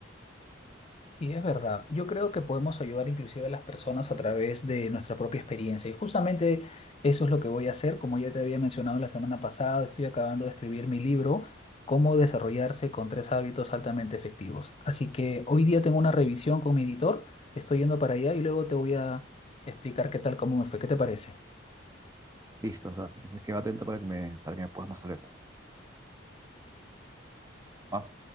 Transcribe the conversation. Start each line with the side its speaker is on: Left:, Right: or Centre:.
Left: Y es verdad, yo creo que podemos ayudar inclusive a las personas a través de nuestra propia experiencia. Y justamente eso es lo que voy a hacer, como ya te había mencionado la semana pasada, estoy acabando de escribir mi libro, Cómo desarrollarse con tres hábitos altamente efectivos. Así que hoy día tengo una revisión con mi editor, estoy yendo para allá y luego te voy a explicar qué tal, cómo me fue, ¿qué te parece?
Right: Listo, o sea, entonces quedo atento para que me, para que me puedas más sobre eso. Ah,